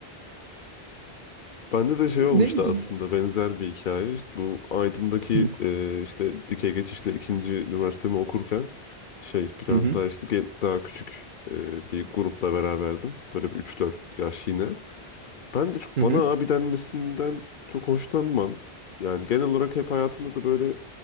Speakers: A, on the left; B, on the right.
A: Bende de şey olmuştu
B: Ne bileyim
A: aslında
B: ya.
A: benzer bir hikaye. Bu Aydın'daki
B: Hı
A: e, işte dikey geçişle ikinci üniversitemi okurken şey biraz
B: hı
A: daha işte gen- daha küçük e, bir grupla beraberdim. Böyle bir 3-4 yaş yine. Ben de çok
B: hı
A: bana
B: hı
A: abi denmesinden çok hoşlanmam. Yani genel olarak hep hayatımda da böyle